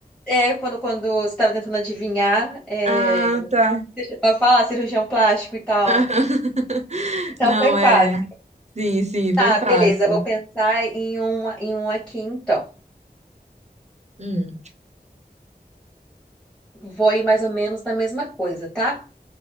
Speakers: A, in the centre; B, on the right.
A: É, quando, quando você estava tentando adivinhar, é,
B: Ah, tá.
A: você chegou a falar cirurgião plástico e tal.
B: <laughs>
A: Então,
B: Não,
A: foi
B: é.
A: fácil.
B: Sim, sim, foi
A: Ah,
B: fácil.
A: beleza, eu vou pensar em uma, em um aqui, então.
B: Hum.
A: Vou ir mais ou menos na mesma coisa, tá?